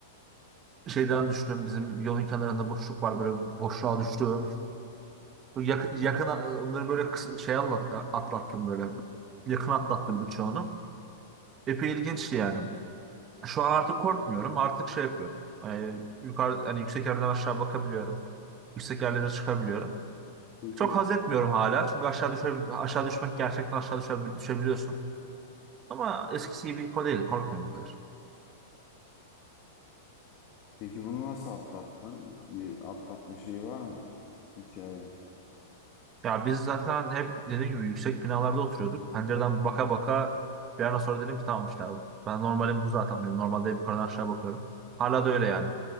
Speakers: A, on the right; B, on the left.
A: Şeyden düştüm. Bizim yolun kenarında boşluk var böyle boşluğa düştüm. Yakın, yakın onları böyle kısa- şey anla- atlattım böyle. Yakın atlattım birçoğunu. Epey ilginçti yani. Şu an artık korkmuyorum. Artık şey yapıyorum. Ee, yukarı hani yüksek yerden aşağı bakabiliyorum. Yüksek yerlere çıkabiliyorum.
B: Peki
A: Çok haz etmiyorum hala. Çünkü aşağı düşe, aşağı düşmek gerçekten aşağı düşe, düşebiliyorsun. Ama eskisi gibi hippo değil. Korkmuyorum bu kadar.
B: Peki bunu nasıl atlattın? Bir atlatma şeyi var mı? Hikaye.
A: Ya biz zaten hep dediğim gibi yüksek binalarda oturuyorduk. Pencereden baka baka bir an sonra dedim ki tamam işte abi. Ben normalim bu zaten benim. Normalde hep yukarıdan aşağı bakıyorum. Hala da öyle yani.